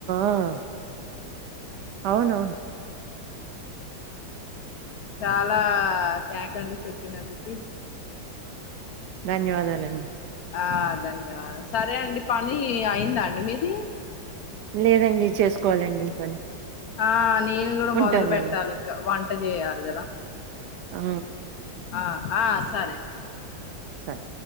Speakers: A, on the right (about 75°); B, on the left (about 70°).
A: అ అవునవును
B: చాలా థ్యాంక్స్ అండి చెప్పినందుకి
A: ధన్యవాదాలండి
B: ఆ ధన్యవాదాలు సరే అండి పని అయిందా అండి మీది
A: లేదండి చేసుకోవాలండి పని
B: ఆ నేను కూడా
A: ఉంటానండి.
B: మొదలు పెట్టాలి ఇంకా వంట జేయాలి కదా
A: ఆ
B: ఆహ సరే
A: సార్